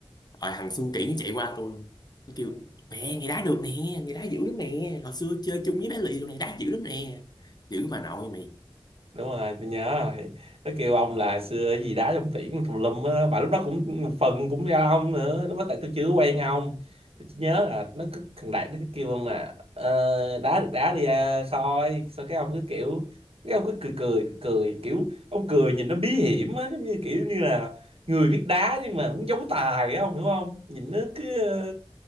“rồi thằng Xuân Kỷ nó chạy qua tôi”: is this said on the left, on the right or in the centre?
Left